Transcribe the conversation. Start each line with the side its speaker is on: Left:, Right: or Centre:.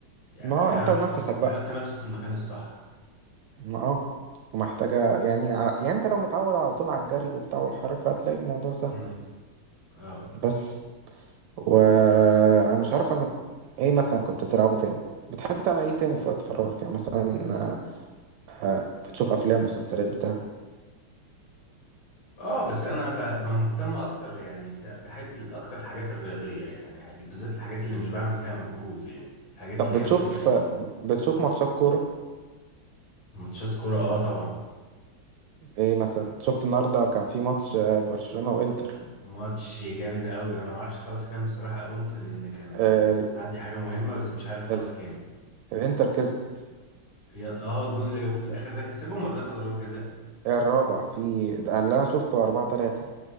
Left: يعني
Right: ما هو
Left: هيعرف
Right: انت ونفسك
Left: يحط
Right: بقى
Left: نفسه في المكان الصح
Right: ما اه ومحتاجة يعني على... يعني انت لو متعود على طول على الجري وبتاع والحركة هتلاقي الموضوع سهل
Left: امم اه
Right: بس و انا مش عارف انا كنت ايه مثلا كنت بتلعبه تاني بتحب تعمل ايه تاني في وقت فراغك يعني مثلا آه، آه، بتشوف افلام مسلسلات بتاع
Left: اه بس انا ب- ب- مهتم اكتر يعني ف- بحب ال- اكتر الحاجات الرياضية يعني بالذات الحاجات اللي مش بعمل فيها مجهود يعني الحاجات
Right: طب
Left: اللي
Right: بتشوف
Left: هي بتبقى ايه
Right: آه، بتشوف ماتشات كورة
Left: ماتشات كرة اه طبعا
Right: ايه مثلا شفت النهاردة كان في ماتش آه، برشلونة وانتر
Left: ماتش جامد قوي وانا ما اعرفش خلاص كام بصراحة قمت لان كان
Right: آه، ال...
Left: عندي حاجة مهمة بس مش عارف خلاص
Right: ال...
Left: كام
Right: الانتر كسبت
Left: يا- اه الجون اللي جابوه في الاخر ده كسبهم ولا ده خد ضربات جزاء
Right: الرابع في ده اللي انا شفته 4 3